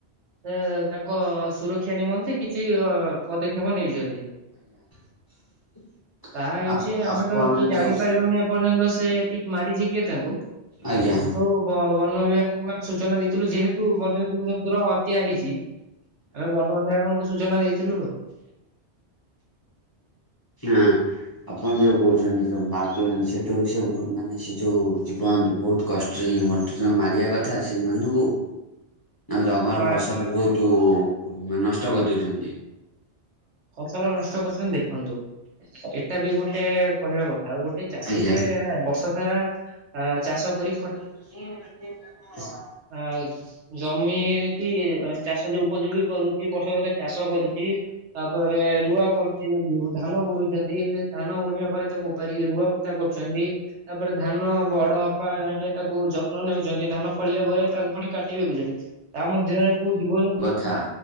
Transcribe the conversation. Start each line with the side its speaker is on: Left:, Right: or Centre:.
Right: ଏ ତାଙ୍କ ସୁରକ୍ଷା ନିମନ୍ତେ କିଛି ଅ ପଦକ୍ଷେପ ନେଇଛନ୍ତି।
Left: <inaudible>
Right: ତାହା ହେଉଛି ଆମେ
Left: ଆପଣ
Right: ତ କିଏ ଜାଣିପାରିଲୁନି
Left: ଯୋଉ
Right: ଏପର୍ଯ୍ୟନ୍ତ ସେ ଟିକି ମାରିଛି କିଏ ତାଙ୍କୁ କିନ୍ତୁ
Left: ଆଜ୍ଞା
Right: ବନ ବନ ବିଭାଗକୁ ଆମେ ସୂଚନା ଦେଇଥିଲୁ ଯେହେତୁ ବନ୍ୟ ଜୀବଜନ୍ତୁର ହତ୍ୟା ହେଇଛି ଆମେ ବନବିଭାଗଙ୍କୁ ସୂଚନା ଦେଇଥିଲୁ ଆଉ
Left: ଆଁ ଆପଣ ଯୋଉ କହୁଛନ୍ତି ଯୋଉ ମାର୍ ଦଉଛନ୍ତି ସେଠୁ ସେ ମାନେ ସେ ଯୋଉ ଜୀବଜନ୍ତୁ ବହୁତ କଷ <unintelligible> ମାରିବା କଥା ସେମାନଙ୍କୁ ଆଉ ଜଙ୍ଗଲ
Right: କଣ
Left: ଫସଲ ବହୁତ ତୁ ମା ନଷ୍ଟ କରିଦଉଛନ୍ତି।
Right: ଫସଲ ନଷ୍ଟ କରିଛନ୍ତି ଦେଖନ୍ତୁ ଏଇଟା ବି ଗୋଟେ
Left: ଆଜ୍ଞା।
Right: କହିବା କଥା ଗୋ ଟେ ଚାଷୀ
Left: ଆଜ୍ଞା
Right: ଟେ ବର୍ଷ ସାରା ଆ ଚାଷ
Left: <unintelligible>
Right: କରି ଆଉ ଜମି କି ଚାଷ ଯୋଉ ଉପଯୋଗୀ କରୁଛି ବର୍ଷ ରେ ଚାଷ କରୁଛି। ତାପରେ ରୁଆ କରୁଛି ଧାନ ବୁଣୁଛନ୍ତି ଧାନ ବୁଣିବା ପରେ ତାକୁ ଓପାରିକି ରୁଆ ପୋତା କରୁଛନ୍ତି। ତାପରେ ଧାନ ବଡ଼ ହବା ଯାଇକେ ତାକୁ ଯତ୍ନ ନେଉଛନ୍ତି ଧାନ ଫଳିବା ପରେ ତାକୁ ପୁଣି କାଟି ବିକୁଛନ୍ତି ତା ମଧ୍ୟରେ କଉ ଜୀବଜନ୍ତୁ
Left: ଥା